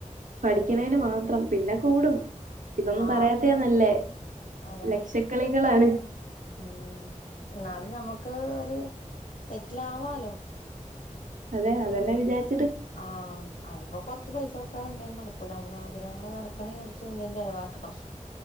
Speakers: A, on the right (about 75°); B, on the left (about 85°).
A: പഠിക്ക്ണേയ്ന് മാത്രം പിന്നെ കൂടും. ഇതൊന്നും
B: ആ
A: പറയാത്തേ നല്ലേ
B: അതെ
A: ലക്ഷക്കളികളാണ്.
B: ഉം ഇന്നാലും ഞമ്മക്ക് ഒരു സെറ്റിൽ ആവാലോ
A: അതെ അതെന്നെ വിചാര്
B: ആഹ് അത്പ്പോ കൊറച്ച് പൈസ കൊടുക്ക പ്പ അതെന്തായാലും നടക്കൂല നമ്മള് ആഗ്രഹങ്ങള് നടക്കണേ കുറിച്ച് എന്തേലും ചെലവാക്കണം.